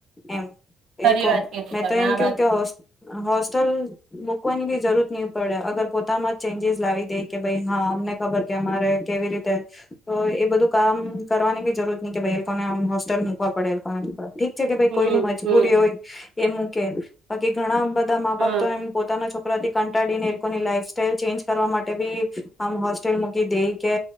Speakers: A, on the left; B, on the right.
A: એમ
B: ખરી
A: એલ
B: વાત કીધી
A: મે
B: તમે
A: તો એમ
B: આ
A: કેવું
B: વાત
A: કે હોસ્ટેલ મુૂકવાની બી જરૂરત નહી પડે અગર પોતામાં ચેન્જીસ લાવી દે કે ભાઈ હા અમને ખબર કે અમારે કેવી રીતે એ બધું કામ કરવાની બી જરૂરત નહી કે ભાઈ એ લોકોનેમ મકવા પડેલ ઠીક છે કે ભાઈ
B: હમ
A: કોઈની મજબૂરી
B: હમ
A: હોય એમું કે બાકી ઘણા બધા તો
B: હા
A: એમ પોતાના છ થી કંટાળી ને એ લોકોની લાઈફ સાઈલ ચેન્જ કરવા માટે ભી આમ હોસ્ટેલ મૂકી દે કે